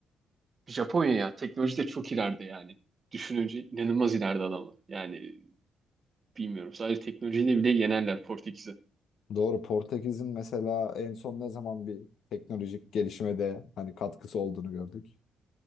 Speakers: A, on the right (about 35°); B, on the left (about 70°).
A: Japonya ya teknolojide çok ileride yani. Düşününce inanılmaz ileride adamlar. Yani bilmiyorum. Sadece teknolojiyle bile yenerler Portekiz'i.
B: Doğru Portekiz'in mesela en son ne zaman bir teknolojik gelişime de hani katkısı olduğunu gördük.